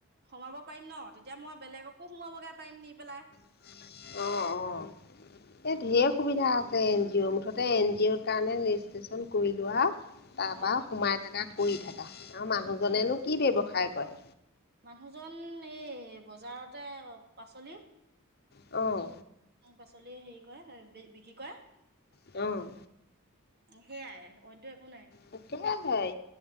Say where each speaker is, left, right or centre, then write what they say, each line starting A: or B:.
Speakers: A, on the right; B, on the left.
A: সোমাব পাৰিম ন' তেতিয়া মই বেলেগকো সোমাবগৈ পাৰিম নি পেলাই।
B: অহ', অহ'। এ ধেৰ সুবিধা আছে এন জি অ'ৰ মুঠতে এন জি অ'ৰ কাৰণে ৰেজিষ্ট্ৰেশচন কৰিলোৱা। তাৰপৰা
A: অ
B: সোমাই থাকা কৰি থকা আৰু মানুহজনেনো
A: উম
B: কি ব্যৱসায় কৰে?
A: মানুহজন এই বজাৰতে পাচলি।
B: অহ।
A: উম, পাচলি হেৰি কৰে বিক্ৰী কৰে।
B: অহ।
A: সেইয়াই অনইটো একো নাই।
B: তাকে